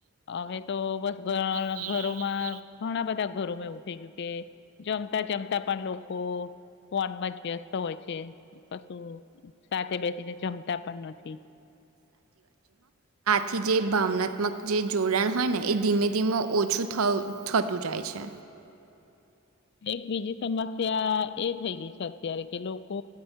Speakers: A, on the left (about 55°); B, on the right (about 90°).
A: હવે તો, બસ ઘ
B: ઘ-
A: ઘરોમાં ઘણા બધા ઘરોમાં એવું થઈ ગયું કે જેમ. જમતા પણ લોકો ફોનમાં જ વ્યસ્ત હોય છે, કશું સાથે બેસીને જમતા પણ નથી.
B: થી જે ભાવનાત્મક જે જોડાણ હોય ને એ ધીમે ધીમે ઓછું થતું જાય છે,
A: એક બીજી સમસ્યા એ થઇ ગઈ છે, ત્યારે કે લોકો